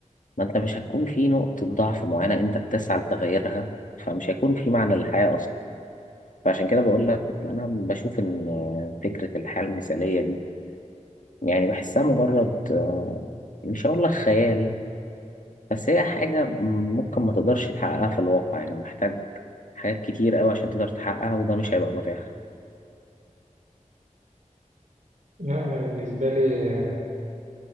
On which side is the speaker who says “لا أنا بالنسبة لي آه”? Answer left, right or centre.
Right